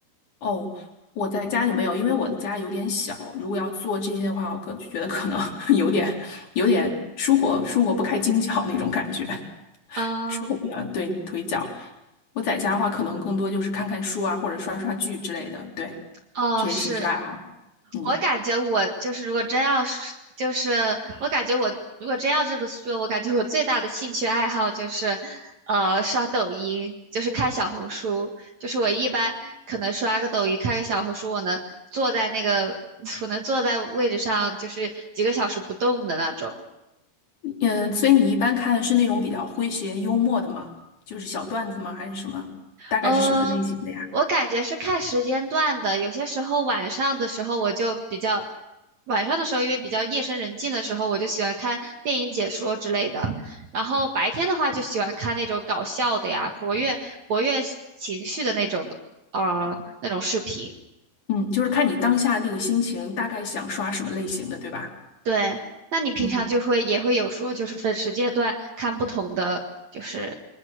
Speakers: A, on the left (about 45°); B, on the right (about 50°).
A: 哦，我在家就没有，因为我的家有点小，如果要做这些的话，我可觉得可能 <laughs> 有点有点舒活舒活不开筋脚那种感觉，
B: 嗯，
A: 舒活不了，对，腿脚。我在家的话，可能更多就是看看书啊，或者刷刷剧之类的，对，
B: 哦，
A: 这些兴趣爱好。
B: 是。
A: 嗯。
B: 我感觉我就是，如果真要是，就是我感觉我如果真要这么说，我感觉我最大的兴趣爱好就是，呃，刷抖音，就是看小红书。就是我一般可能刷个抖音，看个小红书，我能坐在那个，<laughs> 我能坐在位置上，就是几个小时不动的那种。
A: 嗯，所以你一般看的是那种比较诙谐幽默的吗？就是小段子吗？还是什么？大概是什么类型的呀？
B: 呃，我感觉是看时间段的，有些时候晚上的时候我就比较，晚上的时候因为比较夜深人静的时候，我就喜欢看电影解说之类的，然后白天的话就喜欢看那种搞笑的呀，活跃活跃情绪的那种，呃，那种视频。
A: 嗯，就是看你当下那个心情，大概想刷什么类型的，对吧？
B: 对，那你平常就会也会有说就是分时间段看不同的就是
A: 嗯，